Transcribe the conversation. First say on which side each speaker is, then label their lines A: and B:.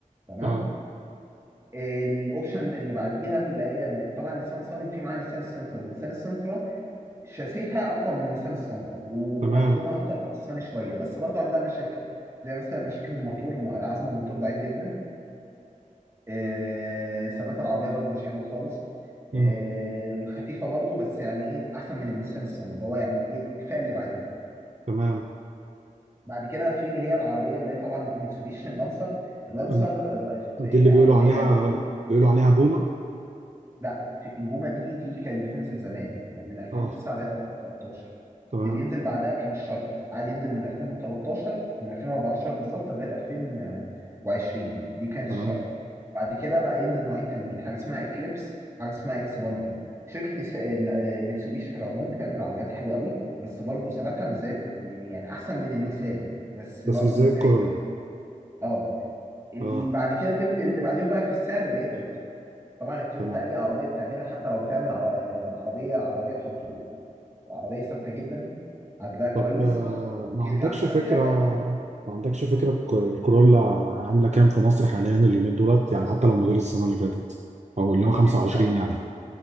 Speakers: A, on the right; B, on the right.
A: تمام
B: اه
A: الاوبشن اللي بعديها اللي هي إن- طبعا نيسان صني وفي معاها نيسان السنترا نيسان السنترا شاسيها اقوى من نيسان الصني ومخدومه
B: تمام
A: اكتر من الصني شويه بس برضو عندها مشاكل زي مثلا مشاكل الموتور الم- العزم الموتور ضعيف جدا آه، ثبات العربيه برضو مش حلو خالص آه،
B: أمم،
A: خفيفه برضو بس يعني ايه احسن من النيسان الصني اللي هو يعني ايه الفئه اللي بعديها
B: تمام
A: بعد كده في اللي هي العربيه اللي هي طبعا الميتسوبيشي اللانسر اللانسر
B: أمم.
A: بقى في
B: دي اللي بيقولوا
A: اللي
B: عليها
A: هي ال-
B: بيقولوا عليها بومه
A: لا في البومه دي دي كانت بتنزل زمان من 2009
B: اه
A: لغايه 2013
B: تمام
A: اللي بينزل بعدها كان الشرق عاد ينزل من 2013 من 2014 بالظبط لغايه 2020 دي كانت
B: تمام
A: الشرق بعد كده بقى ينزل نوعين تانيين حاجه اسمها اكليبس حاجه اسمها اكسباندر شركة نس- ال- آه، ميتسوبيشي في العموم بتعمل عربيات حلوة قوي بس برضو ثباتها مش زي يعني أحسن من النيسان بس
B: بس
A: برضو
B: مش زي
A: مش زي
B: الكورولا
A: اه ال-
B: اه
A: بعد كده الليفل اللي بعديهم بقى في السعر اللي هي التويوتا طبعا التويوتا
B: تمام
A: اي عربيه بتعملها حتى لو بتعمل عر- عربيه عربيه بحنطور عربيه ثابته جدا عدلها كويس
B: طب آه، ما
A: كيفها
B: عندكش
A: احسن
B: فكرة
A: حاجه
B: ما عندكش فكرة الك- الكورولا عاملة كام في مصر حاليا اليومين دولت يعني حتى لو موديل السنة اللي فاتت أو اللي
A: بتبدا
B: هو 25 يعني